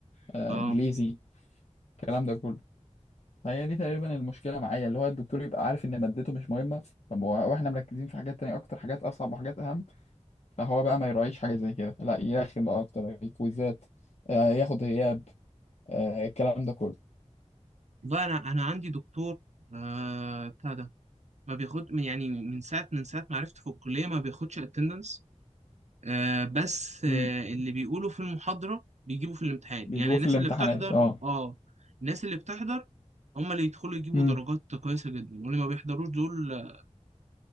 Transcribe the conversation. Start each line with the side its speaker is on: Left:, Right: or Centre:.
Left: آه
Right: اه
Left: انجليزي الكلام ده كله فهي دي تقريبا المشكلة معايا اللي هو الدكتور يبقى عارف ان مادته مش مهمة طب هو- واحنا مركزين في حاجات تانية اكتر حاجات اصعب وحاجات اهم فهو بقى ما يراعيش حاجة زي كده لا يرخم بقى أكتر كويزات آه، ياخد غياب آه، الكلام ده كله
Right: بقى أنا أنا عندي دكتور آه بتاع ده ما بياخد من- يعني من ساعة من ساعة ما عرفت في الكلية ما بياخدش اتندنس آه بس آه
Left: مم.
Right: اللي بيقولوا في المحاضرة بيجيبوا في الامتحان
Left: بيجيبوه
Right: يعني الناس
Left: في الامتحانات
Right: اللي بتحضر
Left: اه
Right: اه الناس اللي بتحضر هم اللي يدخلوا يجيبوا
Left: امم
Right: درجات كويسة جدا واللي ما بيحضروش دول آه،